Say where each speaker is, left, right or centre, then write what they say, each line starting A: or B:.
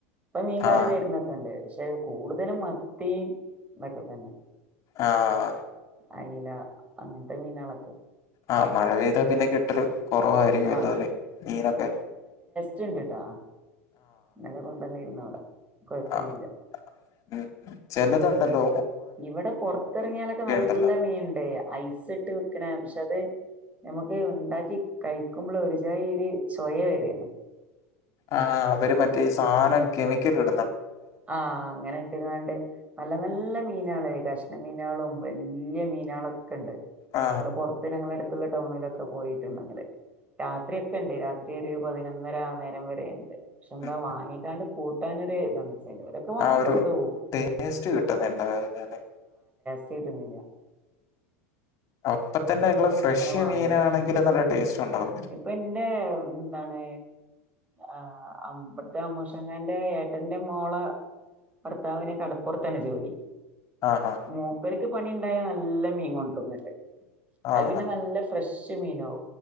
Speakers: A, on the right; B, on the left.
A: ഇപ്പ മീൻകാര
B: ആഹ്
A: വരുന്നൊക്കെണ്ട് പക്ഷെ കൂടുതലും മത്തി ഇതൊക്കെ തന്നെ
B: ആഹ
A: അയല അങ്ങനത്തെ മീനളൊക്കെ
B: ആഹ് മഴെയ്താ പിന്നെ കിട്ടലു കുറവായിരിക്കുംല്ലോ
A: ആ
B: അല്ലേ നീനൊക്കെ
A: ചിണ്ടിട്ടാ ഇല്ലെ കൊണ്ടുന്നിയിരുന്നു അവിടെ കുഴപ്പൊന്നുമില്ല
B: ആഹ ഉ ചില ണ്ടല്ലോ
A: ഇവിടെ പുൊറത്തിറങ്ങിയാലൊക്കെ നല്ല
B: ഉണ്ടല്ലോ
A: മീൻണ്ട് ഐസ് ഇട്ട് വെക്കണ പക്ഷെ അത് നമുക്ക് ഉണ്ടാക്കി കഴിക്കുമ്പോൾ ഒരുചായ ഒരു ചോയ വരാണ്
B: ആഹ അവര് മറ്റേ സാധനം രിക്കറ്റ് ഇട
A: ആഹ അങ്ങനെ ഇട്ട്ങ്ങാണ്ട് നല്ല നല്ല മീനാണ് കഷ കഷ്ണ മീനുകളും വലിയ മീനാുകള ണ്ട്
B: ആ
A: ഇവിടെ പുറത്ത് ഞങ്ങളടു ഇുള്ള ടൗണിലൊക്കെ പോയിട്ടുണ്ടെങ്കിൽ രാത്രി ഒക്കെ ഉണ്ട് രാത്രി ഒരു പതിനൊന്നര നേരം വരെെയണ്ട് പക്ഷെ എന്താ
B: ഉം
A: വാങ്ങീട്ടാണ്ട് കൂട്ടാനൻൊ ഒരു ഇതാണ് ചിലവരൊക്കെ വാങ്ങിക്കൊണ്ടോവും
B: ആ ഒരു ടേസ്റ്റ് കിട്ടുന്നു എണ്ട കല്ലേ
A: ചെയട്ടുന്നില്ല
B: അപ്പ തന്നെ ഉ ഫ്രഷ്
A: വാങ്ങൂല
B: മീനാണെങ്കും നല്ല ടേസ്റ്റ് ഉണ്ടാവും
A: ഇപ്പൊ എന്റെ എന്താണ് ആ അവിടത്തെ അമ്മൂഷങ്ങാന്റെ ഏട്ടന്റെ മോള ഭർത്താവിനെ കടപ്പുറത്തന്നെ ജോലി
B: ആഹാ
A: മൂപ്പർ ഇ് പണി ഉണ്ടായാ നല്ല മീൻ കൊണ്ടരന്നട്ട് അത്
B: ആഹാ
A: പിന്നെ നല്ല ഫ്രഷ് ജമീനോ